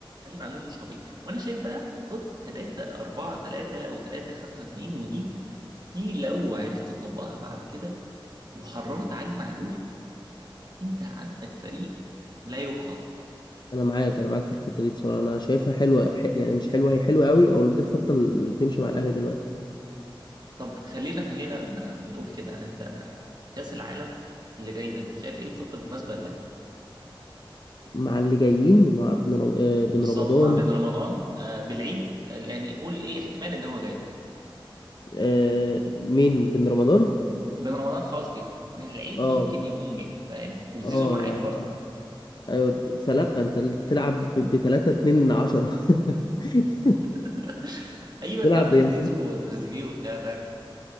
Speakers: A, on the right; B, on the left.
A: علي معلول مش طبيعي وانا شايف بقى خطه 3 4 3 و3 5 2 ودي دي لو عرفت تطبقها بعد كده وحررت علي معلول انت عندك فريق لا يقهر
B: انا معاك انا معاك في الخطة دي بصراحة انا شايفها حلوة ح- يعني مش حلوة هي حلوة قوي او دي الخطة اللي تمشي مع الاهلي دلوقتي
A: طب خلينا خلينا ن- نقول كده انت كأس العالم اللي جاي ده شايف ايه الخطة المناسبة لك
B: مع اللي جايين ومع بن رم- آه، بن
A: بالظبط
B: رمضان
A: مع بين رمضان آه بالعيد آه يعني قول ايه احتمال ان هو جاي
B: آه مين بن رمضان
A: بين رمضان خلاص جه من العيد
B: اه
A: ممكن يكون جه فاهم وزيزو
B: اه
A: معاك برضه
B: أنا... ايوه فلا انت تلعب ب 3 2 10 <laughs>
A: <laughs> ايوه انت
B: تلعب
A: عندك
B: يعني
A: زيزو وتريزيجيه وبتاع فاهم